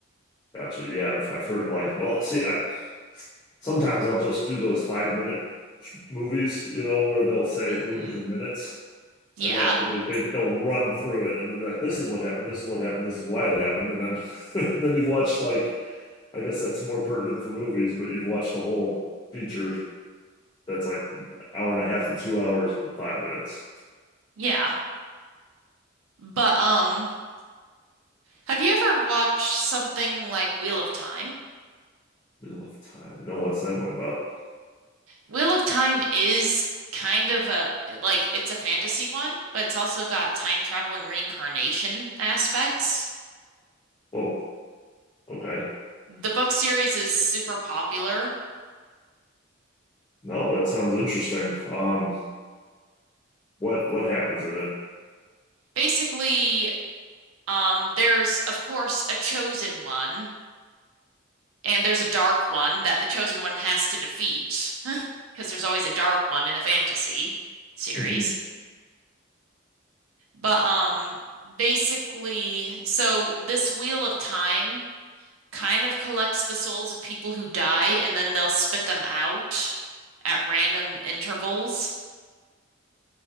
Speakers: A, on the left (about 20°); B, on the right (about 90°).
A: Gotcha. Yeah, I've, I've heard of like, <laughs> well, see, I sometimes I'll just do those five minute movies, you know, where they'll say
B: hmm
A: movies in minutes.
B: Yeah.
A: And that way they, they, they'll run through it and they'll be like, this is what happened, this is what happened, this is why it happened. And then <laughs> then you've watched like I guess that's more pertinent for movies, but you've watched a whole feature that's like an hour and a half to two hours and five minutes.
B: Yeah. But um, have you ever watched something like Wheel of Time?
A: Wheel of Time. No, what's that one about?
B: Wheel of Time is kind of a like it's a fantasy one, but it's also got time travel and reincarnation aspects.
A: Oh, okay.
B: The book series is super popular.
A: No, that sounds interesting. Um, what what happens in
B: Basically, um, there's of course a chosen one, and there's a dark one that the chosen one has to defeat <laughs> because there's always a dark one in a fantasy series.
A: it? <laughs>
B: But um, basically, so this Wheel of Time kind of collects the souls of people who die and then they'll spit them out at random intervals